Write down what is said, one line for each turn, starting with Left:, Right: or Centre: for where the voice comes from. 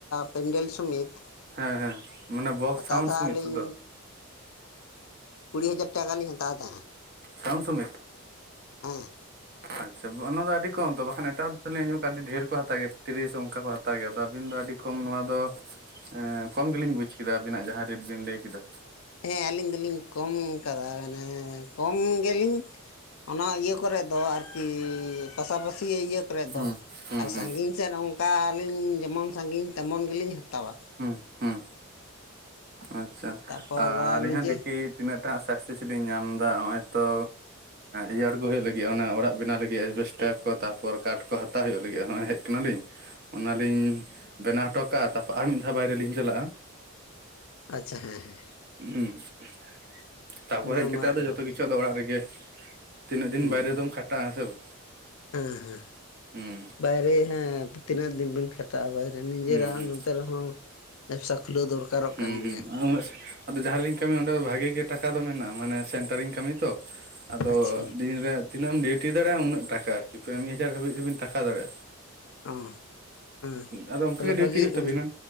Left: ᱯᱮᱱᱰᱮᱞ ᱥᱚᱢᱮᱛ
Right: ᱦᱮᱸ ᱦᱮᱸ ᱢᱟᱱᱮ ᱵᱚᱠᱥ
Left: ᱦᱟᱛᱟᱣ
Right: ᱥᱟᱣᱩᱱᱰ
Left: ᱛᱟᱦᱮᱸ
Right: ᱥᱩᱢᱮᱛ
Left: ᱟᱹᱞᱤᱧ
Right: ᱥᱩᱫᱷᱟᱹ?
Left: ᱠᱩᱲᱤ ᱦᱟᱡᱟᱨ ᱴᱟᱠᱟ ᱞᱤᱧ ᱦᱟᱛᱟᱣ ᱛᱟᱦᱮᱸᱫ᱾
Right: ᱥᱟᱣᱩᱱᱰ ᱥᱚᱢᱮᱛ?
Left: ᱦᱮᱸ
Right: ᱟᱪᱪᱷᱟ ᱚᱱᱟ ᱫᱚ ᱟᱹᱰᱤ ᱠᱚᱢ ᱛᱚ ᱵᱟᱠᱷᱟᱱ ᱮᱴᱟᱜ ᱦᱚᱲ ᱫᱚᱞᱤᱧ ᱟᱸᱡᱚᱢ ᱠᱟᱜᱼᱟ ᱟᱹᱰᱤ ᱰᱷᱮᱨ ᱠᱚ ᱦᱟᱛᱟᱣ ᱜᱮᱭᱟ ᱛᱤᱨᱤᱥ ᱚᱱᱠᱟ ᱠᱚ ᱦᱟ <unintelligible> ᱛᱚ ᱟᱹᱵᱤᱱ ᱫᱚ ᱟᱹᱰᱤ ᱠᱚᱢ ᱱᱚᱣᱟ ᱫᱚ ᱮᱸ ᱠᱚᱢ ᱜᱮᱞᱤᱧ ᱵᱩᱡ ᱠᱮᱫᱟ ᱟᱵᱤᱱᱟᱜ ᱡᱟᱦᱟᱸ ᱨᱮᱴ ᱵᱤᱱ ᱞᱟᱹᱭ ᱠᱮᱫᱟ᱾
Left: ᱦᱮᱸ ᱟᱹᱞᱤᱧ ᱫᱚᱞᱤᱧ ᱠᱚᱢ ᱠᱟᱫᱟ, ᱱᱮ ᱠᱚᱢ ᱜᱮᱞᱤᱧ ᱚᱱᱟ ᱤᱭᱟᱹ ᱠᱚᱨᱮ ᱫᱚ ᱟᱨᱠᱤ ᱯᱟᱥᱟᱯᱟᱥᱤ ᱤᱭᱟᱹ ᱠᱚᱨᱮᱫ
Right: ᱦᱩᱸ
Left: ᱫᱚ,
Right: ᱦᱩᱸ
Left: ᱟᱨ
Right: ᱦᱩᱸ
Left: ᱥᱟᱺᱜᱤᱧ ᱪᱮᱫ ᱚᱱᱠᱟ ᱟᱹᱞᱤᱧ ᱡᱮᱢᱚᱱ ᱥᱟᱺᱜᱤᱧ ᱛᱮᱢᱚᱱ ᱜᱮᱞᱤᱧ ᱦᱟᱛᱟᱣᱟ
Right: ᱦᱮᱸ ᱦᱮᱸ᱾ ᱟᱪᱪᱷᱟ
Left: ᱛᱟᱨᱯᱚᱨ
Right: ᱟᱹᱞᱤᱧ
Left: ᱱᱤᱡᱮ
Right: ᱦᱚᱸ ᱫᱮᱠᱷᱤ ᱛᱤᱱᱟᱹᱜ ᱴᱟ ᱥᱟᱠᱥᱮᱥ ᱞᱤᱧ ᱧᱟᱢ ᱮᱫᱟ, ᱱᱚᱜᱼᱚᱭ ᱛᱚ ᱤᱭᱟᱹ ᱟᱲᱜᱩ ᱦᱩᱭᱩᱜ ᱞᱟᱹᱜᱤᱫ ᱚᱱᱟ ᱚᱲᱟᱜ ᱵᱮᱱᱟᱣ ᱞᱟᱹᱜᱤᱫ ᱮᱰᱵᱮᱥᱴᱟᱨ ᱠᱚ ᱛᱟᱨᱯᱚᱨ ᱠᱟᱴᱷ ᱠᱚ ᱦᱟᱛᱟᱣ ᱦᱩᱭᱩᱜ ᱞᱟᱹᱜᱤᱫ ᱦᱚᱜ-ᱚᱭ ᱦᱮᱡ ᱠᱟᱱᱟᱞᱤᱧ ᱚᱱᱟᱞᱤᱧ ᱵᱮᱱᱟᱣ ᱦᱚᱴᱚ ᱠᱟᱜᱼᱟ, ᱛᱟᱨᱯᱚᱨ ᱟᱨ ᱢᱤᱫ ᱫᱷᱟᱣ ᱵᱟᱭᱨᱮ ᱞᱤᱧ ᱪᱟᱞᱟᱜᱼᱟ᱾
Left: ᱟᱪᱪᱷᱟ ᱦᱮᱸ ᱦᱮᱸ᱾
Right: ᱦᱮᱸ ᱛᱟᱨᱯᱚᱨ
Left: ᱚᱱᱟ
Right: ᱦᱮᱡ ᱠᱟᱛᱮᱜ
Left: ᱢᱟ
Right: ᱟᱫᱚ ᱡᱷᱚᱛᱚ
Left: ᱱᱟᱯᱟᱭ
Right: ᱠᱤᱪᱷᱩ ᱟᱫᱚ ᱚᱲᱟᱜ ᱨᱮᱜᱮ ᱛᱤᱱᱟᱹᱜ ᱫᱤᱱ
Left: ᱦᱮᱸ
Right: ᱵᱟᱭᱨᱮ
Left: ᱦᱮᱸ
Right: ᱫᱚᱢ ᱠᱷᱟᱴᱟᱜ-ᱟ ᱦᱮᱸ ᱥᱮ ᱵᱟᱝ?
Left: ᱦᱮᱸ ᱦᱮᱸ
Right: ᱦᱩᱸ,
Left: ᱵᱟᱭᱨᱮ ᱦᱮᱸ ᱛᱤᱱᱟᱹᱜ ᱫᱤᱱ ᱵᱤᱱ ᱠᱷᱟ ᱮᱴᱟᱜ ᱵᱟᱭᱨᱮ ᱱᱤᱡᱮᱨᱟᱜ
Right: ᱦᱩᱸ ᱦᱩᱸ
Left: ᱱᱚᱱᱛᱮ ᱨᱮᱦᱚᱸ ᱵᱮᱵᱽᱥᱟ ᱠᱷᱩᱞᱟᱹᱣ ᱫᱚᱨᱠᱟᱨᱚᱜ
Right: ᱦᱩᱸ
Left: ᱠᱟᱱ ᱜᱮᱭᱟ᱾
Right: ᱦᱩᱸ ᱟᱫᱚ ᱡᱟᱦᱟᱸᱞᱤᱧ ᱠᱟᱹᱢᱤᱭᱟ ᱚᱸᱰᱮ ᱵᱷᱟᱜᱤ ᱜᱮ ᱴᱟᱠᱟ ᱫᱚ ᱢᱮᱱᱟᱜᱼᱟ ᱢᱟᱱᱮ ᱥᱮᱱᱴᱟᱨᱤᱝ ᱠᱟᱹᱢᱤ ᱛᱚ ᱟᱫᱚ
Left: ᱟᱪᱪᱷᱟ
Right: ᱫᱤᱱᱨᱮ ᱛᱤᱱᱟᱹᱜ ᱮᱢ ᱰᱤᱣᱴᱤ ᱫᱟᱲᱮᱭᱟᱜᱼᱟ ᱩᱱᱟᱜ ᱴᱟᱠᱟ ᱟᱨᱠᱤ, ᱯᱩᱟᱹ ᱢᱤᱫ ᱦᱟᱡᱟᱨ ᱦᱟᱵᱤᱡ ᱫᱚᱵᱤᱱ ᱴᱟᱠᱟ ᱫᱟᱲᱭᱟᱜᱼᱟ᱾
Left: ᱚᱜ ᱦᱮᱸ,
Right: ᱟᱫᱚ ᱚᱱᱠᱟ
Left: ᱛᱟᱦᱚᱞᱮ
Right: ᱜᱮ ᱰᱤᱣᱴᱤ
Left: ᱵᱷᱟᱜᱤ
Right: ᱦᱩᱭᱩᱜ
Left: ᱠᱟᱹᱢᱤ
Right: ᱛᱟᱵᱤᱱᱟ